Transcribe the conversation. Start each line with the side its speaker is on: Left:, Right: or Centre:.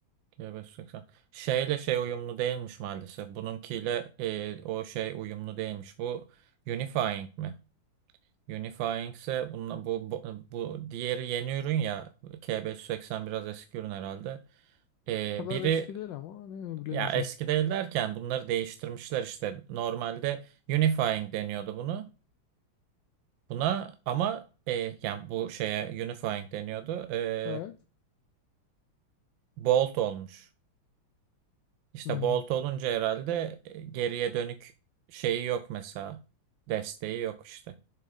Right: G580. Şeyle şey uyumlu değilmiş maalesef. Bununkiyle e, o şey uyumlu değilmiş. Bu Unifying mi? Unifying ise bununla, bu, bu, bu diğeri yeni ürün ya. K580 biraz eski ürün herhalde. E,
Left: kadar
Right: biri
Left: eski değil ama ne bilemeyeceğim.
Right: ya eski değil derken bunları değiştirmişler işte. Normalde Unifying deniyordu bunu. Buna ama e, yani bu şeye unifying deniyordu. E,
Left: Evet.
Right: bolt olmuş. İşte
Left: Hmm,
Right: bolt olunca herhalde e, geriye dönük şeyi yok mesela. Desteği yok işte.